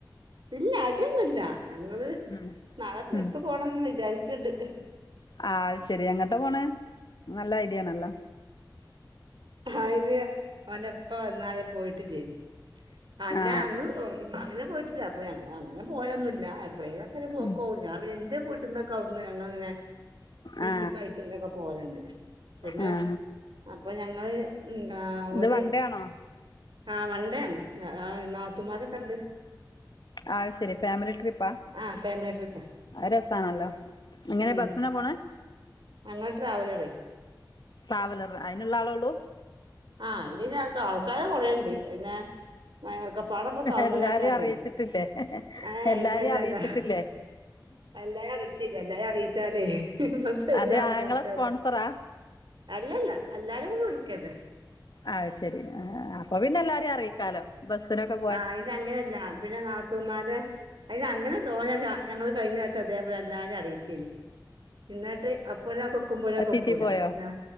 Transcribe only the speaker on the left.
ഉം
ഉം
ആ അത് ശെരി എങ്ങട്ട് പോണ് നല്ല ഐഡിയ ആണല്ലോ?
ആ
ഉം
ആ
ആ
ഇത്
വൺ ഡേ ആണോ
അത് ശരി ഫാമിലി ട്രിപ്പ
രസമാണല്ലോ എങ്ങനെ
ബസിനാ പോണ
ട്രാവലർ അതിനുള്ള ആളേ ഉള്ളൂ
എല്ലാവരെയും അറിയിച്ചിട്ടില്ലേ
എല്ലാവരെയും
അറിയിച്ചിട്ടില്ലേ
അത് ആങ്ങള
സ്പോൺസറാ
ആഹ് ശരി അപ്പൊ പിന്നെ എല്ലാരും അറിയിക്കാലോ ബസ്സിലൊക്കെ
ചീറ്റി പോയോ